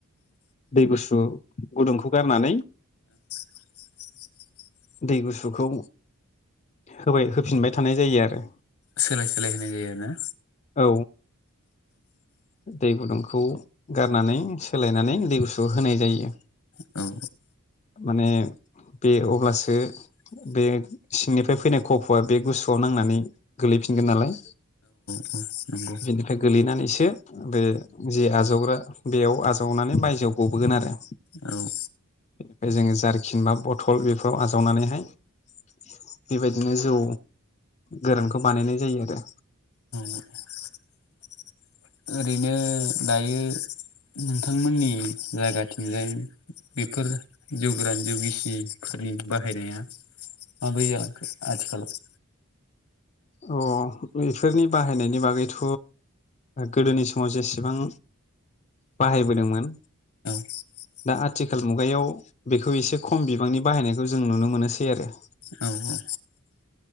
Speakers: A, on the left (about 35°); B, on the left (about 75°).
A: दै गुसु गुदुंखौ गारनानै
B: <unintelligible>
A: दै गुसुखौ होबाय होफिनबाय थानाय जायो आलो
B: सोलाय सोलाय होनाय जायो आरो ना।
A: औ दै गुदुंखौ गारनानै सोलायनानै दै गुसु होनाय जायो।
B: औ
A: माने बे अब्लासो
B: <inaudible>
A: बे सिंनिफ्राय फैनाय खफ'आ बे गुसुआव नांनानै गोलैफिनगोन नालाय
B: <inaudible>
A: बेनिफ्राय गोलैनानैसो बे जि आजावग्रा बेयाव आजावनानै बायजोआव गबोगोन आरो
B: औ
A: बेनिफाय जोङो जारखिन बा बथल बेफोराव आजावनानैहाय बेबायदिनो जौ गोरानखौ बानायनाय जायो आरो
B: <inaudible> ओरैनो दायो। नोंथांमोननि जायगाथिंजाय बेफोर जौगोरान जौगिसिफोरनि बाहायनाया माब्रै जालांखो आथिखालाव?
A: अ बेफोरनि बाहायनायनि बागैथ' गोदोनि समाव जेसेबां बाहायबोदोंमोन
B: <inaudible>
A: दा आथिखाल मुगायाव बेखौ एसे खम बिबांनि बाहायनायखौ जों नुनो मोनोसै आरो
B: औ औ